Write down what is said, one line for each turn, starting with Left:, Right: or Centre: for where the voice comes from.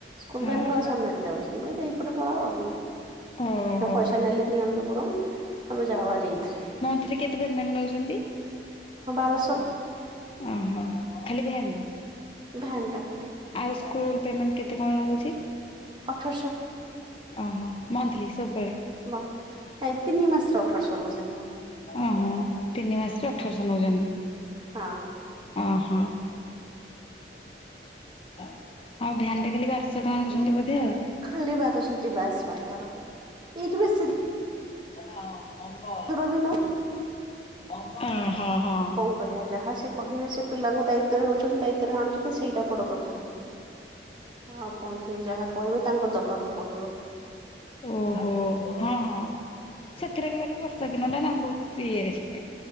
Right: କୁଲଭ୍ୟାନ
Left: ହଁ
Right: ଘର ସାମ୍ନାରେ ଯାଉଛି ମୁଁ କହିଲି ଏଇପଟେ ପଳା ଆଉ।
Left: ଓହୋ।
Right: ହଁ ପଇସା ନେଲେ ନିଅନ୍ତୁ ବରଂ ତମେ ଯାଅ ଭାରି ଏଇଥିରେ।
Left: ସେଠି କେତେ ପେମେଣ୍ଟ୍ ନଉଛନ୍ତି?
Right: ହଁ
Left: ସେ
Right: ବାରଶହ
Left: ନାହିଁ। ଆହାଃ ଖାଲି ଭ୍ୟାନ୍ ଟା।
Right: ଭ୍ୟାନ୍ ଟା ଖାଲି।
Left: ଆଉ ସ୍କୁଲ୍ ପେମେଣ୍ଟ୍ କେତେ କଣ ରହୁଛି?
Right: ଅଠରଶହ
Left: ଆହଃ ମନ୍ଥ୍ଲି ସବୁବେଳେ?
Right: ମ। ନାଇଁ ତିନି ମାସରେ ଅଠର ସ ରହୁଛି ଆମର।
Left: ଅହଃ ତିନି ମାସରେ ଅଠରଶହ ନଉଛନ୍ତି?
Right: ହଁ।
Left: ଅହଃ। ଆଉ ଭ୍ୟାନ୍ ଟା ଖାଲିି ବାରଶହ ଟଙ୍କା ନେଉଛନ୍ତି ବୋଧେ ଆଉ।
Right: ଖାଲି ବାର ଶହ ଯିବା ଆସିବା ଟା ତାର। ଏଇଠି ବେଶି
Left: <unintelligible> ଅଙ୍ଗ
Right: ଦୂର ବି ନୋଉ।
Left: ଅଁ ହଁ ହଁ।
Right: ଆଉ କଣ କରିଆ? ଯାହା ସେ କହିବେ ସେ ପିଲାଙ୍କୁ ଦାୟିତ୍ବ ରେ ନଉଛନ୍ତି ଦାୟିତ୍ବରେ ଆଣୁଛନ୍ତି ସେଇଟା ବଡ଼ କଥା। ଆଉ କଣ ତେ ଯାହା କହିବେ ତାଙ୍କୁ ଦବାକୁ ପଡ଼ିବ।
Left: ଓହୋ ହଁ ହଁ ସେଥିରେ ବି ଗଲେ ବର୍ଷା ଦିନଟା ନା ବହୁତ ଇଏରେ ଯିବେ।